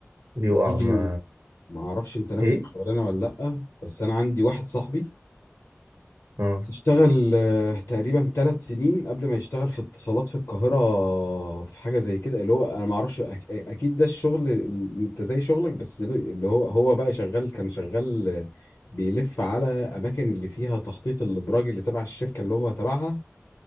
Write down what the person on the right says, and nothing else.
بيقع
ما
ايه
اه